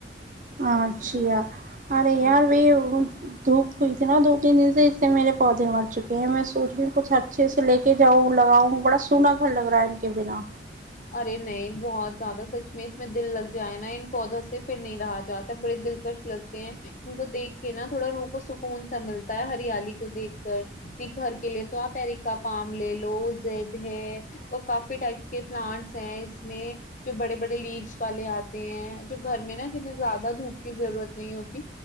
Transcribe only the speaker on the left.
ہ
ارے نہیں بہت زیادہ سچ میں اس میں دل لگ جائے نا ان پودوں سے پھر نہیں رہا جاتا بڑے دلکش لگتے ہیں ان کو دیکھ کے نا تھوڑا روح و سکون سا ملتا ہے ہریالی کو دیکھ کر کہ گھر کے لیے تو آپ پریکا پان لے لو زڈ ہے اور کافی ٹائپ کے س ہیں اس میں جو بڑے بڑے لیوس والے آتے ہیں جو گھر میں نا جنہیں زیادہ دھوپ کی ضرورت نہیں ہوتی